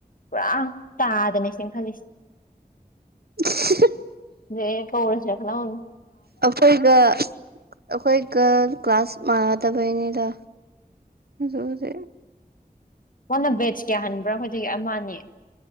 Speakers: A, on the left; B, on the right.
A: ꯄꯨꯔꯥ ꯇꯥꯗꯅꯦ ꯆꯦꯟꯈꯠꯂꯤꯖꯤ
B: <unintelligible>
A: ꯅꯦ ꯀꯧꯔꯖꯤꯔ ꯈꯜꯂꯝꯃꯃꯤ
B: ꯑꯩꯈꯣꯏꯒ ꯑꯩꯈꯣꯏꯒ ꯀ꯭ꯂꯥꯁ ꯃꯥꯟꯅꯗꯕꯩꯅꯤꯗ ꯅꯪꯖꯣ ꯑꯗꯨꯗꯤ
A: ꯋꯥꯅ ꯕꯦꯠꯖ ꯀ꯭ꯌꯥ ꯍꯟꯕ꯭ꯔꯥ ꯑꯈꯣꯏꯗꯒꯤ ꯑꯃꯥ ꯑꯅꯤ